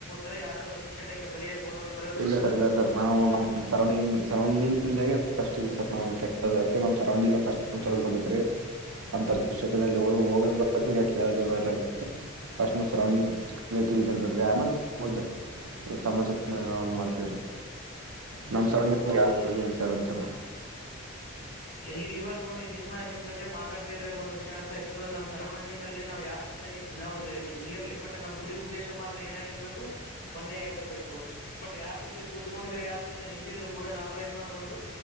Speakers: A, on the left; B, on the right.
A: ರೆ ಯಾರಾದ್ರೂ ದುಷ್ಟಟ್ಟಕ್ಕೆ ಬಲಿಯಾಗ ಹೋದರು.
B: ಇಲ್ಲ ಸರ್ ಇಲ್ಲ ಸರ್ ನಾವು ನಮ್ಮ್ ಸರೌಂಡಿಂಗ್ ಸರೌಂಡಿಂಗದಾಗೆ ಫಸ್ಟ್ ನಾವು ಕೆಟ್ಟದ ಅದ್ಕೆ ಸರೌಂಡಿಂಗ್ಟ್ ಫಸ್ಟ್ ತಕೊಬೇಕ್ರೇ ಆ ಕೆಟ್ಟ ಚಟಗಳಿಗೆ ಹೋಗೋದಿಲ್ಲ ಕೇಳೋದೇ ಬೇಡ ರೀ ಪಸ್ಟ್ ನಮ್ಮ ಸರೌಂಡಿಂಗ್ ಕ್ಲೀನ್ ಇರಬೇಕ ರೀ ಆಮೇಲ ಮುಂದ ಸಮಾಜಕ್ಕ ಎಲ್ಲ ಒಂದ ಮಾಡ್ತೀವಿರಿ. ನಮ್ ಸುರ್ರೋಡಿಂಗ್
A: ಹೌದು
B: ಯಾರು ಇಲ್ಲ
A: ಈ
B: ಅಂತಾರ
A: ಈ ಇವಾಗ ನೋಡಿ ನಿಮ್ಮ ನಿಮ್ ಜೊತೆ ಮಾತಾಡ್ತಾ ಇದ್ರೆ ಒಂದ್ ವಿಷ ಅರ್ಥ ಆಯ್ತು ನಮ್ಮ್ ಸರೌಂಡಿಂಗ್ ಅಲ್ಲಿ ನಾವ್ ಯಾರ ಜೊತೆ ನಾವು ಇರ್ಲಿ ಬಟ್ ನಮ್ ಗುರಿ ಉದ್ದೇಶ ಮಾತ್ರ ಏನಾಗಿರ್ಬೇಕು ಒಂದೇ ಆಗಿರ್ಬೇಕು ಬಟ್ ಯಾರ್ ಜೊತೆ ಕೂತ್ಕೊಂಡಿದ್ರೆ ಯಾರ ಜೊತೆ ನಿಂತಿದ್ರು ಕೂಡ ನಾವು ಏನ್ ಮಾಡ್ಬಾರ್ದ